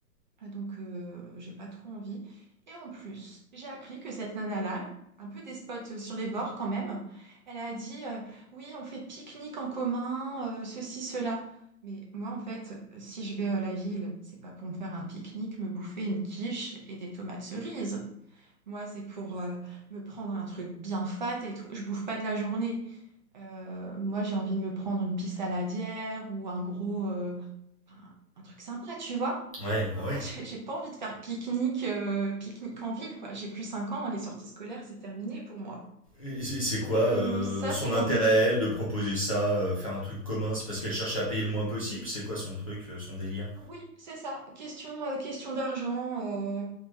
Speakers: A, on the right (about 30°); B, on the left (about 25°).
A: Ah, Donc, euh, j'ai pas trop envie. Et en plus, j'ai appris que cette nana-là, un peu despote sur les bords quand même, elle a dit euh, oui, on fait pique-nique en commun, euh, ceci, cela. Mais moi, en fait, si je vais à la ville, c'est pas pour me faire un pique-nique, me bouffer une quiche et des tomates cerises. Moi, c'est pour euh, me prendre un truc bien fat et tout. Je bouffe pas de la journée. Euh, moi, j'ai envie de me prendre une pisse saladière ou un gros, euh, un un truc sympa, tu vois?
B: Ouais, bah ouais.
A: <laughs> J'ai j'ai pas envie de faire pique-nique euh, pique-nique en ville, quoi. J'ai plus 5 ans, les sorties scolaires, c'est terminé pour moi.
B: Et C'est c'est
A: Donc
B: quoi euh,
A: euh, ça,
B: son
A: c'est le
B: intérêt,
A: genre de truc.
B: elle, de proposer ça, euh, faire un truc commun C'est parce qu'elle cherche à payer le moins possible C'est quoi son truc, euh, son délire
A: Oui, c'est ça. Question, euh, question d'argent. euh,